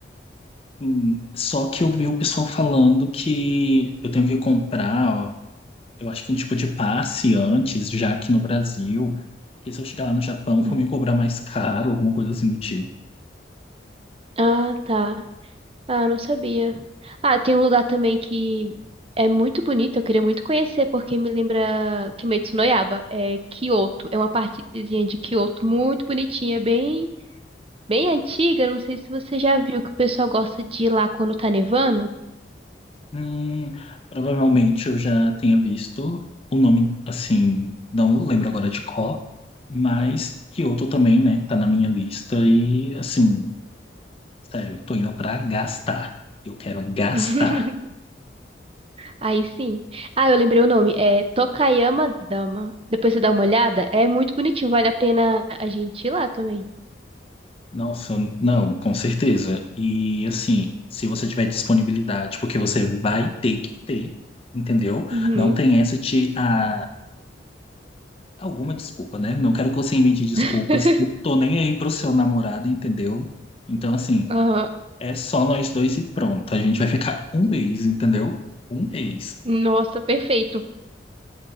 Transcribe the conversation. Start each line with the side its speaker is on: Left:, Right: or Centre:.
Left: Sim, Só que eu vi o pessoal falando que eu tenho que comprar, ó, eu acho que um tipo de passe antes, já aqui no Brasil, que se eu chegar lá no Japão vão
Right: Hum.
Left: me cobrar mais caro, alguma coisa assim do tipo.
Right: Ah, tá. Ah, eu não sabia. Ah, tem um lugar também que é muito bonito, eu queria muito conhecer, porque me lembra Kimetsu no Yaiba, é Kyoto. É uma partezinha de Kyoto muito bonitinha, bem, bem antiga. Não sei se você já viu que o pessoal gosta de ir lá quando tá nevando.
Left: Hum, provavelmente eu já tenha visto o nome, assim, não lembro agora de qual, mas Kyoto também, né, tá na minha lista e, assim, sério, eu tô indo pra gastar. Eu quero gastar.
Right: <laughs> Aí sim. Ah, eu lembrei o nome. É Tokayama Dama. Depois você dá uma olhada. É muito bonitinho. Vale a pena a gente ir lá também.
Left: Nossa, não, com certeza. E assim, se você tiver disponibilidade, porque você vai ter que ter, entendeu?
Right: Uhum.
Left: Não tem essa de ah, alguma desculpa, né? Não quero que você invente desculpas.
Right: <laughs>
Left: e Tô nem aí pro seu namorado, entendeu? Então, assim,
Right: Ah,
Left: é só nós dois e pronto. A gente vai ficar um mês, entendeu? Um mês.
Right: nossa, perfeito.